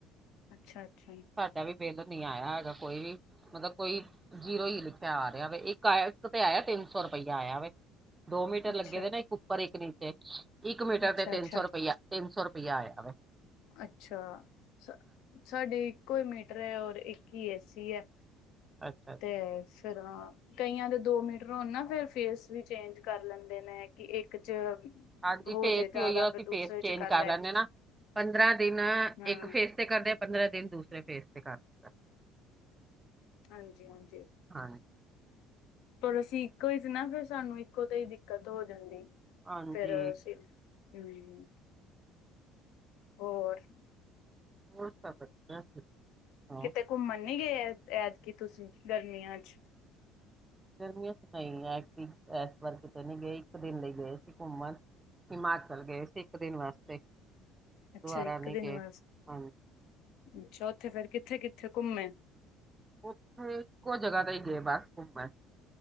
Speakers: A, on the left (about 70°); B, on the right (about 20°).
A: ਅੱਛਾ-ਅੱਛਾ ਜੀ।
B: ਸਾਡਾ ਵੀ ਬਿੱਲ ਨੀ ਆਇਆ ਹੈਗਾ ਕੋਈ ਵੀ। ਮਤਲਬ ਕੋਈ, ਜੀਰੋ ਈ ਲਿਖਿਆ ਆ ਰਿਹਾ ਵੈ। ਇੱਕ ਆ ਇੱਕ ਤੇ ਆਇਆ ਤਿੰਨ ਸੌ ਰੁਪਇਆ ਆਇਆ ਵੈ। ਦੋ ਮੀਟਰ
A: ਅੱਛਾ-ਅੱਛਾ,
B: ਲੱਗੇ ਦੇ ਨੇ, ਇੱਕ ਉੱਪਰ ਇੱਕ ਨੀਚੇ, ਇੱਕ ਮੀਟਰ
A: ਅੱਛਾ-ਅੱਛਾ,
B: ਤੇ ਤਿੰਨ
A: ਅੱਛਾ।
B: ਸੌ ਰੁਪਇਆ ਤਿੰਨ ਸੌ ਰੁਪਇਆ ਆਇਆ ਵੈ।
A: ਅੱਛਾ ਸ ਸਾਡੇ ਇੱਕੋ ਈ ਮੀਟਰ ਏ ਔਰ ਇੱਕ ਈ ਏਸੀ ਐ।
B: ਅੱਛਾ ਅ
A: ਤੇ ਫਿਰ ਆਂ। ਕਈਆਂ ਦੇ ਦੋ ਮੀਟਰ ਹੋਨ ਨਾ ਫੇਰ ਫੇਸ ਵੀ ਚੇਂਜ ਕਰ ਲੈਂਦੇ ਨੇ, ਕਿ ਇੱਕ ਚ
B: ਹਾਂਜੀ
A: ਹੋ
B: ਫੇਸ
A: ਜੇ ਜ਼ਿਆਦਾ
B: ਵੀ ਓਈਯੋ,
A: ਫਿਰ
B: ਅਸੀਂ
A: ਦੂਸਰੇ
B: ਫੇਸ ਚੇਂਜ
A: ਚ
B: ਕਰ
A: ਲੈ
B: ਲੈਂਦੇ ਨਾ। ਪੰਦਰਾਂ ਦਿਨ
A: ਹਾਂ
B: ਇੱਕ ਫੇਜ਼ ਤੇ ਕਰਦੇ ਆ ਪੰਦਰਾਂ ਦਿਨ ਦੂਸਰੇ ਫੇਜ਼ ਤੇ ਕਰ ਦਿਤਾ।
A: ਹਾਂਜੀ-ਹਾਂਜੀ।
B: ਹਾਂਜੀ
A: ਪਰ ਅਸੀਂ ਇੱਕੋ ਈ ਚ ਨਾ ਫਿਰ ਸਾਨੂੰ ਇੱਕੋ ਤੇ ਹੀ ਦਿੱਕਤ ਹੋ ਜਾਂਦੀ,
B: ਹਾਂਜੀ
A: ਫੇਰ ਅਸੀਂ ਹੁੰ, ਹੋਰ।
B: ਹੋਰ ਸਭ ਵਧੀਆ ਠੀਕ ਠਾਕ
A: ਕਿਤੇ ਘੁੰਮਣ ਨੀ ਗਏ? ਐਤਕੀ ਤੁਸੀਂ ਗਰਮੀਆਂ ਚ।
B: ਗਰਮੀਆਂ ਚ ਨਈ, ਐਤਕੀ ਐਸ ਵਾਰ ਕਿਤੇ ਨੀ ਗਏ ਇੱਕ ਦਿਨ ਲਈ ਗਏ ਸੀ ਘੁੰਮਣ। ਹਿਮਾਚਲ ਗਏ ਸੀ ਇੱਕ ਦਿਨ ਵਾਸਤੇ। ਦੁਬਾਰਾ
A: ਅੱਛਾ ਇੱਕ
B: ਨਹੀਂ
A: ਦਿਨ
B: ਗਏ
A: ਬਸ,
B: ਹਾਂਜੀ
A: ਅੱਛਾ ਉੱਥੇ ਫੇਰ ਕਿੱਥੇ-ਕਿੱਥੇ ਘੁੰਮੇ।
B: ਉੱਥੇ ਇੱਕੋ ਜਗ੍ਹਾ ਤੇ ਈ ਗਏ ਬਸ ਘੁੰਮਣ।